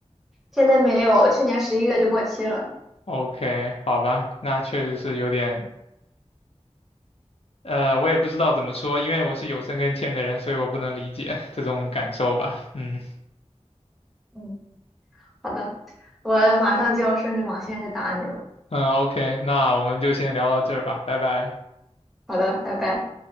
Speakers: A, in the centre; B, on the left.
A: 现在没有，去年十一月就过期了。
B: ？OK，好吧，那确实是有点呃，我也不知道怎么说，因为我是有深跟签的人，所以我不能理解 <laughs> 这种感受吧。嗯
A: 嗯。好的，我马上就要顺着网线去打你了。
B: 嗯，OK，那我们就先聊到这儿吧，拜拜。
A: 好的，拜拜。